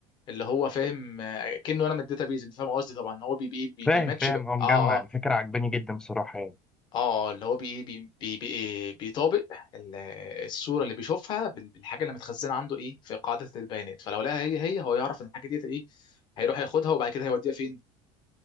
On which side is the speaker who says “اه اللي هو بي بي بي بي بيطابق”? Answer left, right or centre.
Left